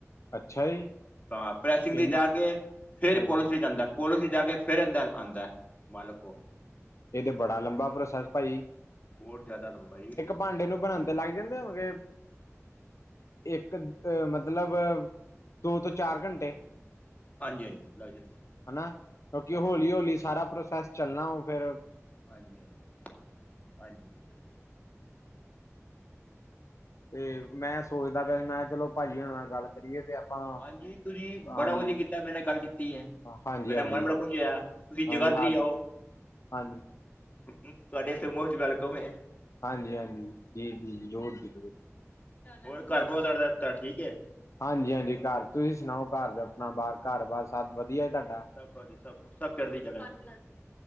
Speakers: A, on the left; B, on the left.
A: ਅੱਛਾ ਜੀ
B: ਤਾਂ ਪ੍ਰੈਸਿੰਗ ਤੇ
A: ਇਨ
B: ਜਾ ਕੇ ਫਿਰ
A: ਹਾਂਜੀ
B: ਪੋਲੀਥੀਨ ਜਾਂਦਾ ਪੋਲੋ ਸੀ ਜਾ ਕੇ ਫਿਰ ਅੰਦਰ ਆਂਦਾ ਮਾਲ ਓ।
A: ਇਹ ਤੇ ਬੜਾ ਲੰਬਾ ਪ੍ਰੋਸੈਸ ਪਾਜੀ।
B: ਬਹੁਤ ਜ਼ਿਆਦਾ ਲੰਬਾ ਜੀ।
A: ਪਾਡੇ ਨੂੰ ਬਣਾਨ ਤੇ ਲੱਗ ਜਾਂਦੇ ਹੋਣ ਗੇ- ਇੱਕ ਮਤਲਬ ਦੋ ਤੋਂ ਚਾਰ ਘੰਟੇ-
B: ਹਾਂਜੀ ਹਾਂਜੀ ਲੱਗ ਜਾਂਦਾ
A: ਹਨਾ ਕਿਉਂਕਿ
B: ਲੱਗ ਜਾਂਦਾ
A: ਹੌਲੀ-ਹੌਲੀ ਸਾਰਾ ਪ੍ਰੋਸੈਸ ਚੱਲਣਾ ਉਹ ਫੇਰ
B: ਹਾਂਜੀ-ਹਾਂਜੀ-ਹਾਂਜੀ।
A: ਤੇ ਮੈਂ ਸੋਚਦਾ ਪਿਆ ਮੈਂ ਕਿਹਾ ਚਲੋ ਪਾਜੀ ਹੋਨਾਂ ਨਾਲ ਗੱਲ ਕਰੀਏ ਤੇ ਆਪਾਂ
B: ਹਾਂਜੀ
A: ਹਾਂਜੀ
B: ਬੜਾ ਵਧੀਆ ਕੀਤਾ ਤੁਸੀਂ ਮੇਰੇ ਨਾਲ ਗੱਲ ਕੀਤੀ ਏ
A: ਹਾਂਜੀ
B: ਮੇਰਾ
A: ਹਾਂਜੀ
B: ਮਨ ਬੜਾ ਖੁਸ਼ ਹੋਇਆ ਤੁਸੀਂ ਜਗ੍ਹਾਧਰੀ
A: ਹਾਂਜੀ ਹਾਂ
B: ਆਓ।
A: ਹਾਂਜੀ।
B: ਤੁਹਾਡੇ ਐਥੇ ਮੋਸਟ ਵੈਲਕਮ ਏ।
A: ਹਾਂਜੀ-ਹਾਂਜੀ, ਜੀ-ਜੀ, ਜ਼ਰੂਰ-ਜ਼ਰੂਰ।
B: ਹੋਰ ਘਰ ਬਹੁਤ ਅੜ ਰਿਹਾ ਰਸਤਾ ਠੀਕ ਏ।
A: ਹਾਂਜੀ-ਹਾਂਜੀ ਘਰ ਤੁਸੀਂ ਸੁਣਾਓ ਘਰ ਆਪਣਾ ਬਾਹਰ ਘੱਰ- ਬਾਰ ਸਭ ਵਧੀਆ ਤੁਹਾਡਾ।
B: ਅੱਛਾ ਸਭ ਚੜ੍ਹਦੀਕਲਾ ਹਾਂਜੀ।